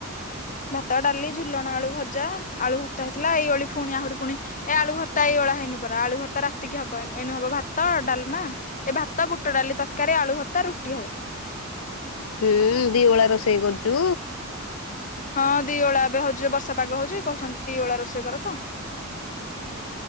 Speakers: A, on the left; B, on the left.
A: ଭାତ ଡାଲି ଝୁଲଣ ଆଳୁ ଭଜା ଆଳୁ ଭର୍ତ୍ତା ହେଇଥିଲା ଏଇଭଳି ପୁଣି ଆହୁରି ପୁଣି ଏ ଆଳୁ ଭର୍ତ୍ତା ଏଇଳି ହେଇନି ପରା ଆଳୁ ଘର ତ ରାତିକି ହବ ଏ ହବ ଭାତ ଡାଲମା ଏ ଭାତ ବୁଟ ଡାଲି ତରକାରୀ ଆଳୁ ଭ ତା ରୁଟି ହବ।
B: ହୁଁ ଦି ଓଳା ରୋଷେଇ କରୁଛୁ।
A: ହଁ ଦି ଓଳା ଏବେ ହଉଛି ବର୍ଷା ପାଗ ହଉଛି କହୁଛନ୍ତି ଦି ଓଳା ରୋଷେଇ କର ତ